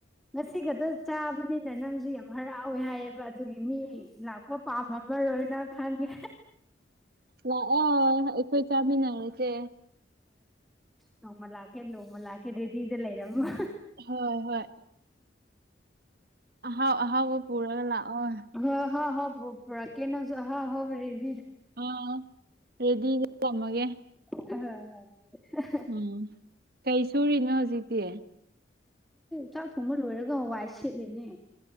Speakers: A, in the centre; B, on the right.
A: ꯉꯁꯤ ꯈꯛꯇ ꯆꯥꯕꯅꯤꯅ ꯅꯪꯁꯨ ꯌꯥꯝ ꯍꯔꯥꯎꯋꯦ ꯍꯥꯏꯌꯦꯕ ꯑꯗꯨꯒꯤ ꯃꯤ ꯂꯥꯛꯄ ꯑꯣ ꯄꯥꯝꯝꯕꯃꯃ ꯂꯣꯏꯅ ꯈꯪꯉꯦ
B: ꯂꯥꯛꯑꯣ ꯑꯩꯈꯣꯏ ꯆꯥꯃꯤꯟꯅꯔꯁꯦ
A: ꯅꯣꯡꯃ ꯂꯥꯛꯀꯦ ꯅꯣꯡꯃ ꯂꯥꯛꯀꯦ ꯔꯦꯗꯤꯗ ꯂꯩꯔꯝꯃ
B: ꯍꯣꯏ ꯍꯣꯏ ꯑꯍꯥꯎ ꯑꯍꯥꯎꯕ ꯄꯨꯔꯒ ꯂꯥꯛꯑꯣ
A: ꯍꯣꯏ ꯍꯥ ꯍꯣ ꯄꯨꯥ ꯀꯦ ꯅꯪ <unintelligible>
B: ꯑꯥ ꯔꯦꯗꯤ ꯏ ꯅꯃꯦ
A: ꯍ ꯍ <unintelligible>
B: ꯎꯝ ꯀꯩ ꯁꯨꯔꯤꯅꯣ ꯍꯧꯖꯤꯛꯇꯤ
A: ꯆꯥꯛ ꯊꯣꯡꯕ ꯂꯣꯏꯔꯒ ꯋꯥꯏ ꯁꯤꯠꯂꯤꯅꯦ